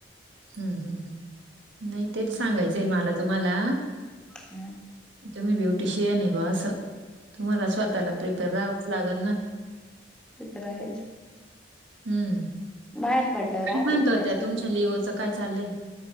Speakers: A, on the right; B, in the centre.
A: हम् हम् ह् नाही तेच सांगायचंय माला तुम्हाला.
B: हम्
A: तुमी ब्युटिशियन आहे ब असं तुम्हाला स्वतःला प्रिपेअर राहावंच लागन ना
B: ते तर आहेच.
A: हम्म,
B: बाहेर पडल्यावर राहते
A: काय म्हणत
B: मी
A: होत्या
B: तशा
A: तुमच्या लिओच काय चालय